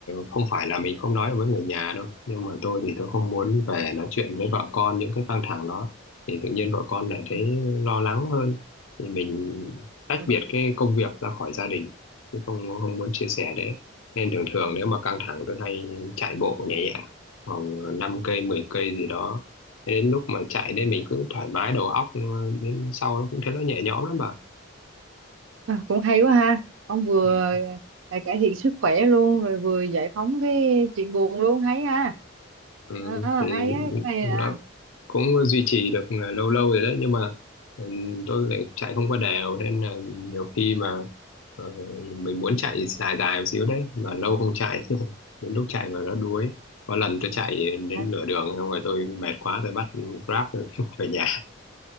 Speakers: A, on the left; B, on the right.
A: không phải là mình không nói được với người nhà đâu nhưng mà tôi thì tôi không muốn về nói chuyện với vợ con những cái căng thẳng đó thì tự nhiên vợ con lại
B: ừ,
A: thấy lo lắng hơn thì mình tách
B: ừ.
A: biệt cái công việc ra khỏi gia đình chứ không không muốn chia sẻ đấy nên thường thường nếu mà căng thẳng tôi hay chạy bộ nhẹ nhẹ khoảng 5 cây 10 cây gì đó Thế đến lúc mà chạy đây mình cứ thoải mái đầu óc ờ, đến sau nó cũng thấy nó nhẹ nhõm lắm bà
B: À, cũng hay quá ha ông vừa
A: ừ.
B: à, cải thiện sức khỏe luôn rồi vừa giải phóng cái chuyện buồn luôn hay ha
A: Ừ,
B: Ờ,
A: thì
B: hay á cái này
A: nó
B: à,
A: cũng duy trì được ờ, lâu lâu rồi đấy nhưng mà ừ, tôi lại chạy không có đều nên là nhiều khi mà ờ, mình muốn chạy dài dài một xíu đấy mà lâu không chạy <laughs> đến lúc chạy mà nó đuối có lần tôi chạy đến
B: à
A: nửa đường xong rồi tôi mệt quá tôi bắt Grab tôi <laughs> về nhà